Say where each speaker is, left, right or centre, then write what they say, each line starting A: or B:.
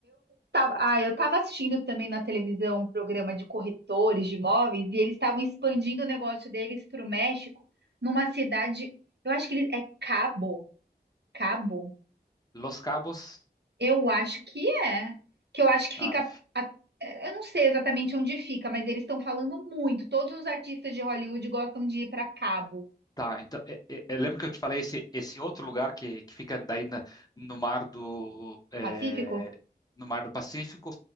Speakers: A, on the right (about 80°); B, on the left (about 20°).
A: Tava- ah, eu estava assistindo também na televisão um programa de corretores de imóveis e eles estavam expandindo o negócio deles para o México, numa cidade, eu acho que ele é Cabo, Cabo,
B: Los Cabos,
A: eu acho que é, que eu acho que fica,
B: ah,
A: a- é, eu não sei exatamente onde fica, mas eles estão falando muito. Todos os artistas de Hollywood gostam de ir para Cabo,
B: Tá, então, é- é- eu lembro que eu te falei esse, esse outro lugar que, que fica daí na- no mar do, é,
A: Pacífico?
B: no mar do Pacífico,